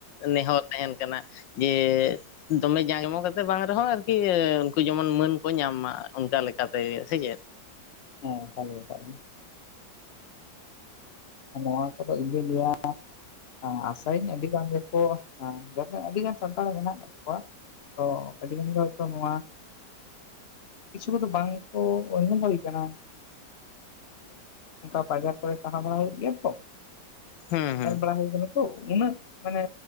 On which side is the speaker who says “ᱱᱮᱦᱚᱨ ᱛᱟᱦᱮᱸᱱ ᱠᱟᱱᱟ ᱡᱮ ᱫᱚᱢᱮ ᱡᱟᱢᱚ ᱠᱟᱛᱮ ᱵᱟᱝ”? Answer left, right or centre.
Left